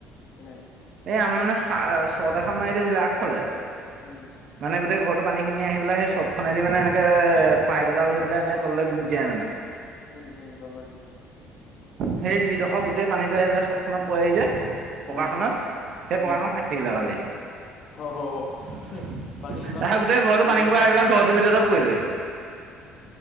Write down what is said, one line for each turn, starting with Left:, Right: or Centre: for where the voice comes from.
Left: কেনেকে?
Right: এই আমাৰ মানে চা ছট এখন মাৰি থৈছিলে আগফালে।
Left: উম।
Right: মানে গোটেই ঘৰটো পানীখিনি আহি পেলাই সেই ছত খনেদি মানে এনেকে পাইপ এডাল হৈ পেলাই এনে তললে গুজ যায় মানে।
Left: উম উম গম পাইছো।
Right: সেই যিডখ গো গোটেই পানীটো আহি পেলাই চ'টখনত পইহি যে পকাখনত।
Left: উম
Right: সেই পকাখন
Left: উম
Right: ফাটি থাকিলে কালি।
Left: <unintelligible>
Right: <unintelligible>
Left: পানী ইমান
Right: গোটেই ঘৰটো
Left: হেৰি
Right: পানী
Left: আছে
Right: হুপা
Left: নে
Right: আহি পেলাই ঘটো ভিতৰতে পৰিলেহি।